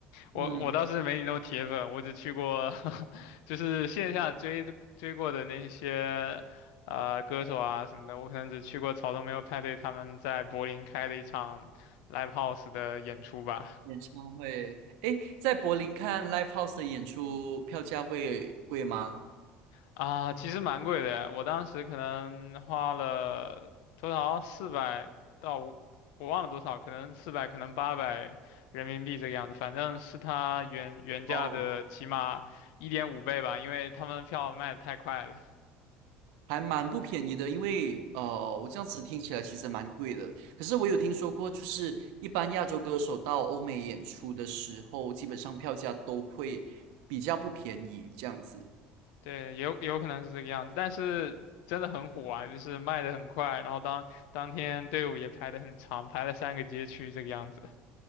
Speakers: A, on the right; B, on the left.
A: 嗯，
B: 我我倒是没你那么铁粉，我只去过，<laughs> 就是线下追追过的那些呃歌手啊什么的，我可能只去过草东没有派对他们在柏林开的一场 live house 的演出吧。
A: 演唱会，诶，在柏林看 Live House 的演出票价会贵吗？
B: 啊，其实蛮贵的，我当时可能花了多少四百到五，我忘了多少，可能四百，可能八百人民币这个样子，反正是他原原价的起码一点五倍吧，
A: 哦
B: 因为他们票卖的太快了。
A: 还蛮不便宜的，因为呃，我这样子听起来其实蛮贵的。可是我有听说过，就是一般亚洲歌手到欧美演出的时候，基本上票价都会比较不便宜这样子。
B: 对，也有也有可能是这个样子，但是真的很火啊，就是卖的很快，然后当当天队伍也排的很长，排了三个街区这个样子